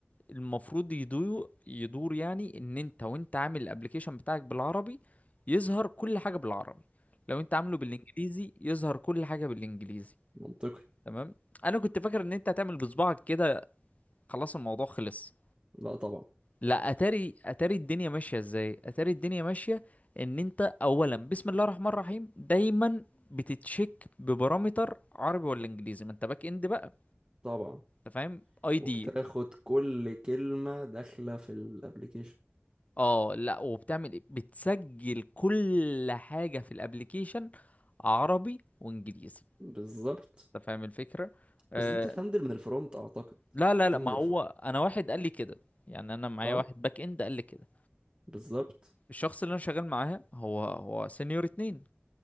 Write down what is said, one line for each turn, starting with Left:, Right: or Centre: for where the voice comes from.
Left: المفروض يدور يدور يعني ان انت وانت عامل الابليكيشن بتاعك بالعربي يظهر كل حاجه بالعربي لو انت عامله بالانجليزي يظهر كل حاجه بالانجليزي
Right: منطقي
Left: تمام انا كنت فاكر ان انت هتعمل بصبعك كده خلاص الموضوع خلص
Right: لا طبعا
Left: لا اتاري اتاري الدنيا ماشيه ازاي اتاري الدنيا ماشيه ان انت اولا بسم الله الرحمن الرحيم دايما بتتشيك ببارامتر عربي ولا انجليزي ما انت باك اند بقى
Right: طبعا
Left: انت فاهم اي دي
Right: وبتاخد كل كلمة داخلة في الابليكيشن
Left: اه لا وبتعمل ايه بتسجل كل حاجة في الابليكيشن عربي وانجليزي
Right: بالظبط
Left: انت فاهم الفكرة آه
Right: بس دي بتتهندل من الفرونت اعتقد
Left: لا لا
Right: دي
Left: لا
Right: من
Left: ما هو
Right: الفرونت
Left: انا واحد قال لي كده يعني انا معايا
Right: اه
Left: واحد باك اند قال لي كده
Right: بالظبط
Left: الشخص اللي انا شغال معاه هو هو سينيور اتنين